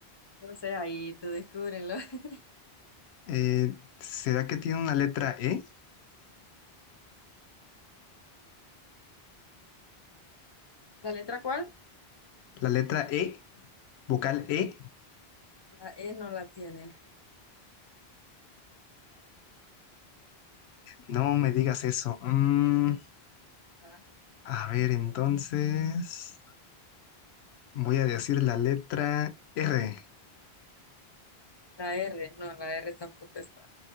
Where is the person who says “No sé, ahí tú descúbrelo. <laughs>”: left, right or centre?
Left